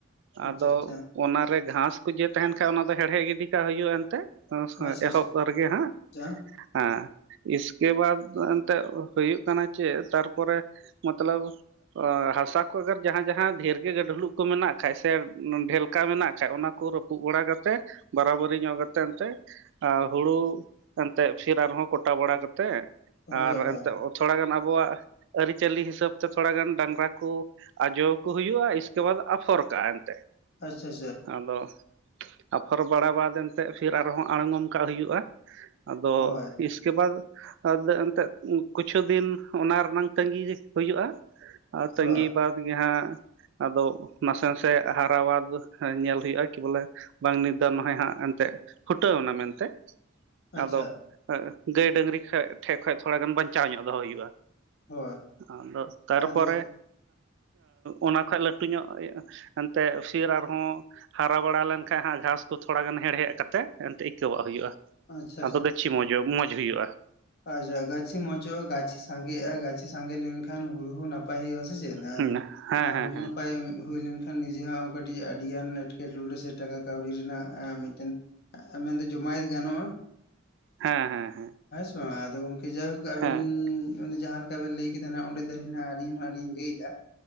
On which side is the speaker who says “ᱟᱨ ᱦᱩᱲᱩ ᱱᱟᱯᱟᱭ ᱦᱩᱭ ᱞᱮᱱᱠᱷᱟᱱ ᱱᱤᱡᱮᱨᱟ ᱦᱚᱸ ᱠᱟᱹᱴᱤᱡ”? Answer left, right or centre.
Left